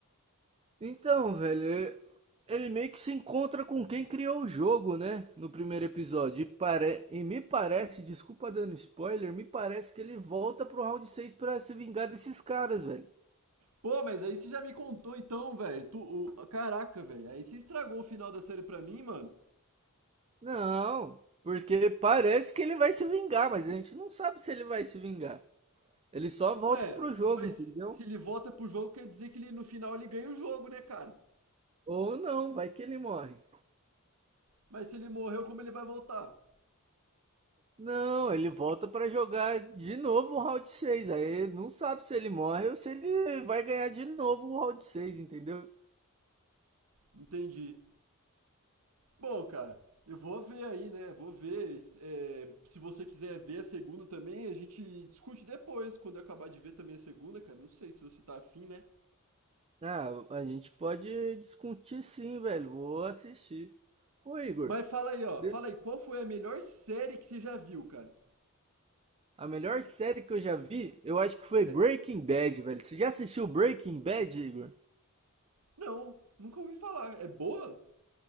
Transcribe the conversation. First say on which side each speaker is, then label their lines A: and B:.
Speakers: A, on the right; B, on the right.
A: Então, velho, e- ele meio que se encontra com quem criou o jogo, né? No primeiro episódio. E, pare... e me parece, desculpa dando spoiler, me parece que ele volta pro round 6 pra se vingar desses caras, velho.
B: Pô, mas aí você já me contou então, velho. Tu, o, caraca, velho. Aí você estragou o final da série pra mim, mano.
A: Não, porque parece que ele vai se vingar, mas a gente não sabe se ele vai se vingar. Ele só volta
B: Ué,
A: pro jogo,
B: mas
A: entendeu?
B: se se ele volta pro jogo, quer dizer que ele, no final ele ganha o jogo, né, cara?
A: Ou não, vai que ele morre.
B: Mas se ele morreu, como ele vai voltar?
A: Não, ele volta pra jogar de novo o round seis Aí não sabe se ele morre ou se ele vai ganhar de novo o round seis, entendeu?
B: Entendi. Bom, cara, eu vou ver aí, né? Vou ver. É, se você quiser ver a segunda também, a gente discute depois, quando eu acabar de ver também a segunda, cara. Não sei se você tá afim, né?
A: Ah, a gente pode discutir sim, velho. Vou assistir. Ô, Igor,
B: Mas fala aí, ó.
A: des-
B: Fala aí, qual foi a melhor série que você já viu, cara?
A: a melhor série que eu já vi, eu acho que foi
B: É,
A: Breaking Bad, velho. Você já assistiu Breaking Bad, Igor?
B: Não, nunca ouvi falar. É boa?